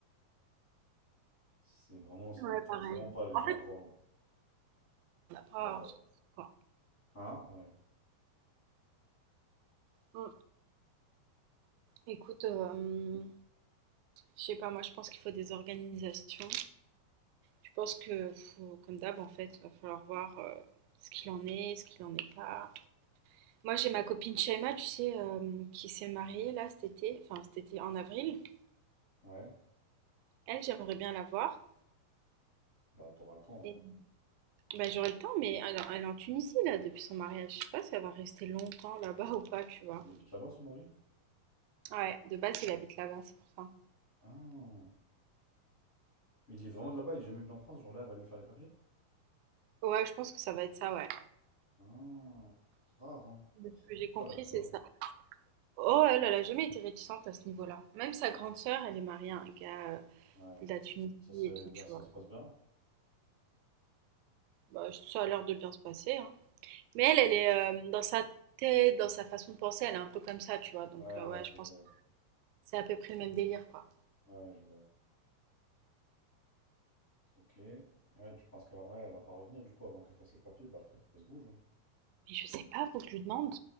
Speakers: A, on the left; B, on the right.
A: C'est vraiment, ça
B: ouais,
A: m'intéresse
B: pareil.
A: vraiment pas, les gens
B: En fait,
A: à voir
B: on n'a pas,
A: là-bas.
B: on s'en fout, quoi.
A: Hein? Ouais.
B: Mm. Écoute, euh, je sais pas, moi je pense qu'il faut des organisations. Je pense que, faut- comme d'hab, en fait, va falloir voir euh, ce qu'il en est, ce qu'il en est pas. Moi j'ai ma copine Shaima, tu sais, euh, qui s'est mariée là cet été, enfin cet été en avril.
A: Ouais.
B: Elle, j'aimerais bien la voir.
A: Bah, t'auras le temps, là.
B: Et
A: hein.
B: bah, j'aurai le temps, mais elle, elle est en Tunisie là depuis son mariage. Je sais pas si elle va rester longtemps là-bas <laughs> ou pas, tu vois.
A: Il habite là-bas, son mari?
B: Ouais, de base, il habite là-bas, c'est pour ça.
A: Ah. Il est vraiment de là-bas, il est jamais venu en France, genre là, elle va lui faire les papiers?
B: Ouais, je pense que ça va être ça, ouais.
A: Ah. Rare, hein.
B: De
A: Pourquoi
B: ce que j'ai compris,
A: elle a fait ça?
B: c'est ça. Oh, elle, elle a jamais été réticente à ce niveau-là. Même sa grande sœur, elle est mariée à un gars euh,
A: Ouais.
B: de la Tunisie
A: Ça, c'est
B: et tout,
A: bien,
B: tu
A: ça
B: vois.
A: se passe bien?
B: Bah, ça a l'air de bien se passer, hein. Mais elle, elle est euh, dans sa tête, dans sa façon de penser, elle est un peu comme ça, tu vois. Donc,
A: Ouais, ouais,
B: euh, ouais,
A: c'est
B: je pense
A: vrai.
B: que c'est à peu près le même délire, quoi.
A: Ouais, ouais, je vois. Ok. Ouais, tu penses qu'elle ouais, elle va pas revenir du coup avant qu'elle fasse les papiers? Bah après, faut qu'elle se bouge. hein.
B: Mais je sais pas, faut que je lui demande.